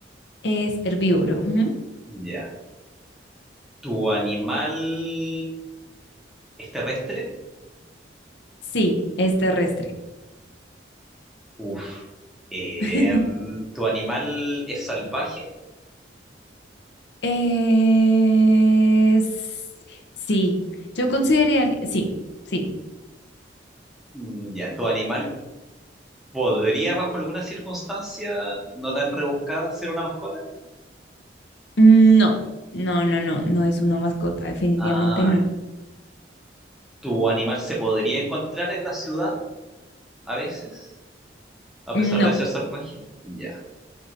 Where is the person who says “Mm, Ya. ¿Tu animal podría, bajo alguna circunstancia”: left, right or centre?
Centre